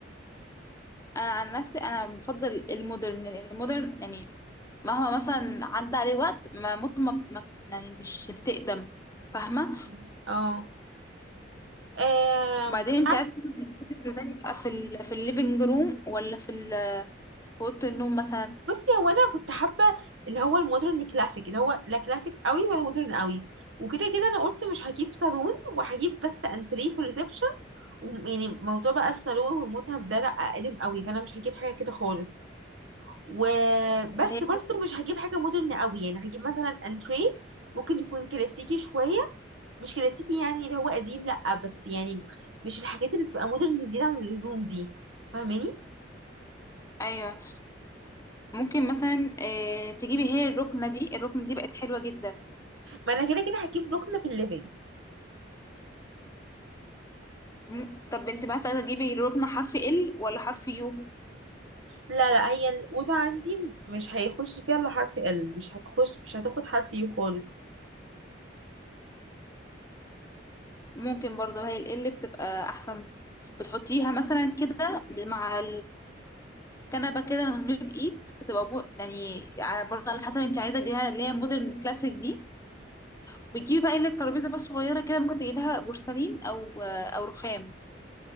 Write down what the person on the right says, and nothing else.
مم. اه آه،
مش
عارفه
بصي هو انا كنت حابه اللي هو المودرن كلاسيك اللي هو لا كلاسيك قوي ولا مودرن قوي وكده كده انا قلت مش هجيب صالون وهجيب بس انتريه في الريسبشن يعني موضوع بقى الصالون والمتهم ده لا قديم قوي فانا مش هجيب حاجه كده خالص وبس
برضو مش هجيب حاجة مودرن قوي يعني هجيب مثلا انتريه ممكن يكون كلاسيكي شوية مش كلاسيكي يعني اللي هو قديم لأ بس يعني مش الحاجات اللي بتبقى مودرن زيادة عن اللزوم دي فاهماني
ما انا كده كده هجيب ركن في الليفينج
لا لا هي الأوضة عندي مش هيخش فيها الا حرف ال مش هتخش مش هتاخد حرف يو خالص